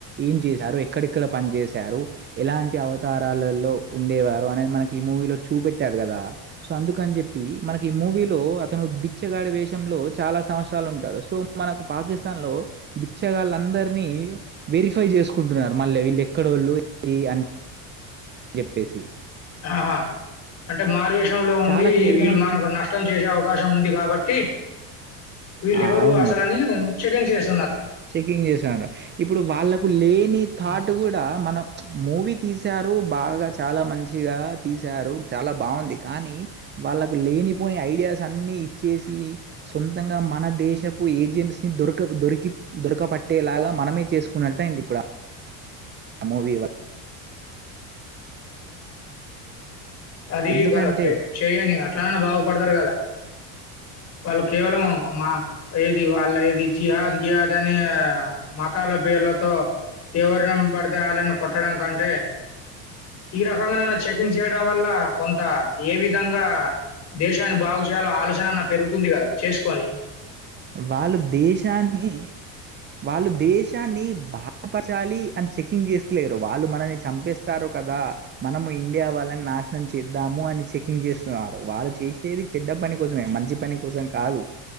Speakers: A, on the right; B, on the left.
A: ఏం చేశారు ఎక్కడెక్కడ పని చేసారు ఎలా ఏంటి అవతరాలలో ఉండేవారు అనేది మనకి ఈ మూవీలో చూపెట్టారు కదా సో అందుకని చెప్ చెప్పి. ప్పి మనకి ఈ మూవీ లో అతను బిచ్చగాడి వేషంలో చాలా సంవత్సరాలు ఉంటాడు సో మనకు పాకిస్తాన్ లలో బిక్షగాళ్ళందరినీ వెరిఫై చేసుకుంటున్నారు మళ్ళీ వీళ్ళు ఎక్కడోళ్ళు ఏంది అని చెప్పేసి
B: ఆహా అంటే మారువేషంలో ఉండి
A: చాలా క్లియర్‌గా
B: వీళ్ళు మనకు
A: చూ
B: నష్టం చేసే అ అవకాశం ఉంది కాబట్టి వీళ్ళు
A: ఆ!
B: ఎవరు
A: అవును.
B: అసలని చెకింగ్ చేస్
A: చెకింగ్ చేసారు ఇప్పుడు వాళ్ళకు లేని థాట్
B: హ్మ్.
A: కూడా మనం మూవీ తీశారు బాగా చాలా మంచిగా తీసారు చాలా బాగుంది కానీ. వాళ్ళకు లేనిపోని ఐడియాస్ అన్నీ ఇచ్చేసి సొంతంగా మన దేశపు ఏజెంట్స్ దొరకపు దొరికి పట్టేలాగా మనమే చేసుకున్నట్టయింది ఇప్పుడు. ఆ మూవీ వల్ల
B: అది
A: ఎందుకంటే
B: కరెక్టే చెయ్యని అట్లన బాగుపడతారు కదా. వాళ్ళు కేవలం మా ఏది వాళ్ళ ఏది జిహాద్ గిహాద్ అని మతాల పేర్లతో ఎవరిన పడితే వాళ్ళని కొట్టడం కంటే ఈ రకంగానైనా చెకింగ్ చేయడం వ త్త కొంత ఏ విధంగా దేశాన్ని బాగు చేయాలో ఆలోచన నన్నా పెరుగుతుంది కదా చేసుకోని
A: వాళ్ళు దేశాన్ని వాళ్ళు దేశాన్ని బాధపచాలి అని చెకింగ్ చేస్తలేరు వాళ్ళు మనల్ని చంపేస్తారు కదా మనం ఇండియా వాళ్ నాశనం చేద్దాము అని చెకింగ్ చేస్తున్నారు వాళ్ళు చేసేది చెడ్డ పని కోసమే మంచి పని కోసం కాదు.